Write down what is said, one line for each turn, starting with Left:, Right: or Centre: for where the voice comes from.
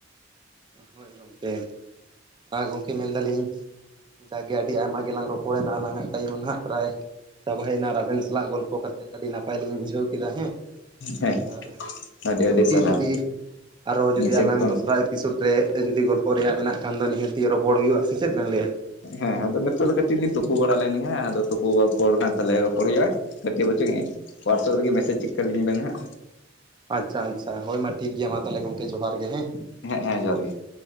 Right: ᱦᱳᱭ ᱜᱚᱢᱠᱮ ᱟᱨ ᱜᱚᱢᱠᱮ ᱢᱮᱱ ᱮᱫᱟᱞᱤᱧ ᱡᱟᱜᱮ ᱟᱹᱰᱤ ᱟᱭᱢᱟ ᱜᱮᱞᱟᱝ ᱨᱚᱯᱚᱲᱮᱱᱟ ᱟᱞᱟᱝᱼᱟᱜ ᱴᱟᱭᱤᱢ ᱱᱟᱦᱟᱜ ᱯᱨᱟᱭ ᱪᱟᱵᱟ ᱦᱮᱡ ᱮᱱᱟ ᱟᱨ ᱟᱵᱤᱱ ᱥᱟᱞᱟᱜ ᱜᱚᱞᱯᱚ ᱠᱟᱛᱮᱫ ᱟᱹᱰᱤ ᱱᱟᱯᱟᱭ ᱞᱤᱧ ᱵᱩᱡᱟᱹᱣ ᱠᱮᱫᱟ ᱦᱮᱸ᱾
Left: ᱦᱮᱸ
Right: ᱟᱨ
Left: ᱟᱹᱰᱤ
Right: ᱱᱤᱦᱟᱹᱛ
Left: ᱟᱹᱰᱤ ᱥᱟᱨᱦᱟᱣ
Right: ᱡᱩᱫᱤ ᱟᱨᱚ
Left: ᱟᱹᱞᱤᱧ
Right: ᱡᱩᱫᱤ
Left: ᱥᱮᱱ
Right: ᱟᱞᱟᱝ
Left: ᱠᱷᱚᱱ
Right: ᱫᱚᱥᱨᱟ <inaudible> ᱨᱮ ᱡᱩᱫᱤ ᱜᱚᱞᱯᱚ ᱨᱮᱭᱟᱜ ᱢᱮᱱᱟᱜ ᱠᱷᱟᱱ ᱫᱚ ᱱᱤᱦᱟᱹᱛᱤ ᱜᱮ ᱨᱚᱯᱚᱲ ᱦᱩᱭᱩᱜᱼᱟ ᱥᱮ ᱪᱮᱫ ᱵᱮᱱ ᱞᱟᱹᱭᱟ?
Left: ᱦᱮᱸ ᱟᱫᱚ ᱱᱤᱛᱚᱜ ᱫᱚ ᱠᱟᱹᱴᱤᱡ ᱞᱤᱧ ᱛᱩᱯᱩ ᱵᱟᱲᱟ ᱞᱮᱱ ᱜᱮ ᱟᱫᱚ ᱛᱩᱯᱩ ᱯᱚᱨ ᱦᱟᱸᱜ ᱛᱟᱦᱚᱞᱮ ᱨᱚᱯᱚᱲ ᱦᱩᱭᱩᱜᱼᱟ᱾ ᱠᱟᱹᱴᱤᱡ ᱵᱚᱪᱝᱜᱮ ᱦᱳᱣᱟᱴᱥᱮᱯ ᱨᱮᱜᱮ ᱢᱮᱥᱮᱡᱽ ᱪᱮᱠ ᱛᱟᱞᱤᱧ ᱵᱮᱱ ᱦᱟᱜ᱾
Right: ᱟᱪᱪᱷᱟ ᱟᱪᱪᱷᱟ ᱦᱳᱭ ᱢᱟ ᱴᱷᱤᱠ ᱜᱮᱭᱟ ᱢᱟ ᱛᱟᱦᱚᱞᱮ ᱜᱚᱢᱠᱮ ᱡᱚᱦᱟᱨ ᱜᱮ ᱦᱮᱸ᱾
Left: ᱦᱮᱸ ᱦᱮᱸ ᱡᱚᱦᱟᱨ ᱜᱮ ᱾